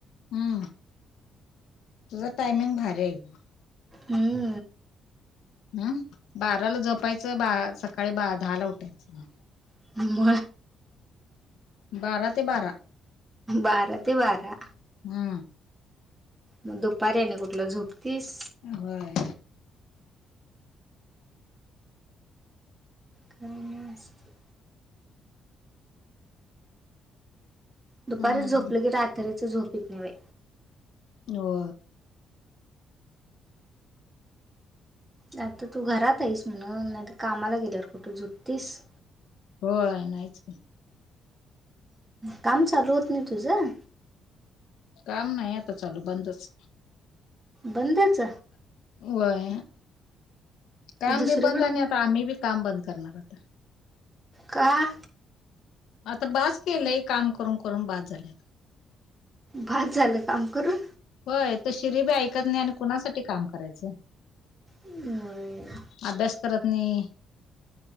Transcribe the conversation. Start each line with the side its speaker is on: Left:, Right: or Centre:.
Left: हुं. तुझा टायमिंग भारी हाय की
Right: हूम्.
Left: हा बाराला झोपायच, बा सकाळी दहा ला उठायचं.
Right: <inaudible> म.
Left: बारा ते बारा.
Right: बारा ते बारा.
Left: हा.
Right: मग दुपारी आणि कुठलं झोपतीस.
Left: व्हय.
Right: काई नई, असं
Left: हम्म
Right: दुपारीच झोपलं की, रात्रीच झोप येत नाई बाई.
Left: हो.
Right: आता तू घरात आहिस म्हणून, नाही त कामाला गेल्यावर कुठं झोपतीस?
Left: होय नाहीच कीं.
Right: काम चालू होत नाही तुझं?
Left: काम नाही आता चालू, बंदच.
Right: बंदच?
Left: व्हय काम
Right: दुसरीकडं
Left: बी बंद, आणि अ त आम्ही बी काम बंद करणार आता.
Right: काहा??
Left: आता बास केलंय, काम करून-करून बास झालं.
Right: बास झालं काम करून?
Left: व्हय त शिरी बी ऐकत नाही आणि कुणासाठी काम करायचं?
Right: हम्म.
Left: अभ्यास करत नाही,